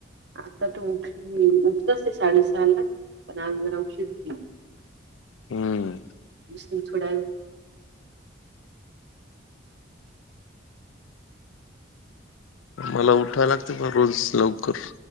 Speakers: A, on the right; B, on the left.
A: आता तर उठलीय उठत असते साडेसहा ला पण आज जरा उशीर झाली.
B: हम्म
A: बसते थोडा वेळ.
B: मला उठा लागते पण रोज लवकर